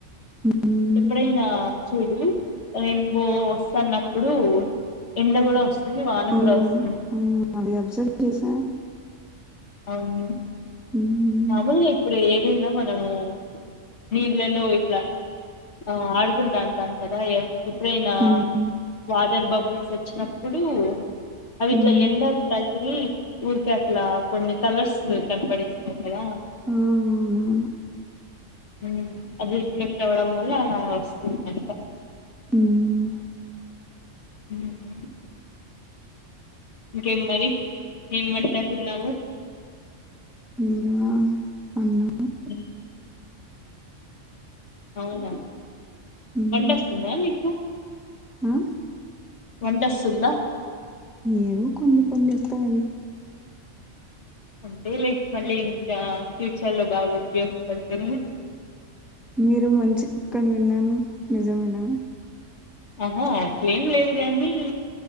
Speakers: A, in the centre; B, on the left (about 60°).
A: హ్మ్
B: ఎప్పుడైనా చూడు రెయిన్బో వస్తన్నప్పుడు ఎండ కూడా వ స్తుంది వాన
A: అవును
B: కూడా వస్తుంది
A: అది అబ్జర్వ్ చేసా
B: అవును
A: హ్మ్
B: మాములుగా ఇప్పుడు ఏదైనా మనము నీళ్ళలో ఇట్లా ఆ ఆడుకుంటాంటం కదా యా ఎప్పుడైనా
A: హ్మ్
B: వాటర్ బబుల్స్ వచ్చినప్పుడు అవి
A: హ్మ్
B: ఇట్లా ఎండ కదిలి ఊరికే అట్లా కొన్ని కలర్స్ కనపడిస్తాయి కదా
A: ఆ అవునవును
B: ఉమ్మ్ అది రిఫ్లెక్ట్ అవ్వడం వల్ల అలా వస్తుందంట
A: ఉమ్మ్
B: ఉమ్మ్ ఇంకేం మరి ఏం వంట తిన్నావు
A: తిన్న అన్నా
B: ఉమ్, అవునా
A: ఉమ్
B: ట వస్తుందా నీకు
A: ఆ
B: వంటసుందా
A: ఏవో కొన్ని కొన్ని వస్తాయి అం
B: అంతేలే మళ్ళీ ఇంకా ఫ్యూచర్లో బాగా ఉపయోగపడుతుంది
A: మీరు మంచి కుక్ అని విన్నాను నిజమేనా
B: ఆహా అట్లేం లేదు గాని